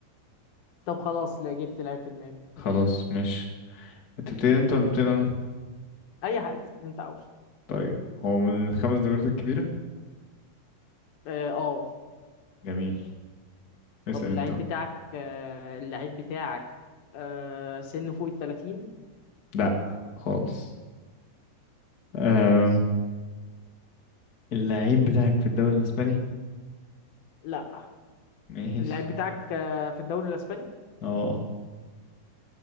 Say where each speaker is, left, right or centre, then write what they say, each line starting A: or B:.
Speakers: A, on the left; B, on the left.
A: طب خلاص لا جبت لعيب في دماغي
B: خلاص
A: ماشي
B: ماشي انت بتبتدي انت ولا بتبتدي انا
A: اي حاجه انت عاوزه
B: طيب هو من الخمس دوريات الكبيرة
A: اه آه.
B: جميل اسأل
A: طب اللعيب
B: انت بقى.
A: بتاعك آه، اللعيب بتاعك آه، سنه فوق ال 30
B: لا خالص أم...
A: خالص
B: اللعيب بتاعك في الدوري الأسباني
A: لا
B: ماشي
A: اللعيب بتاعك آه، في الدوري الاسباني
B: اه